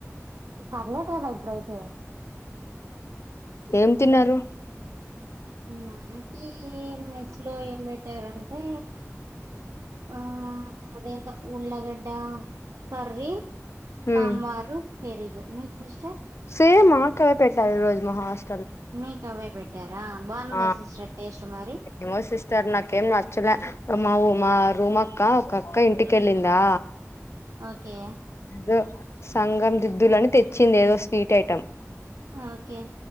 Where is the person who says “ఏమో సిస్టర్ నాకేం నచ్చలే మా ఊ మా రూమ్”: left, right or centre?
Left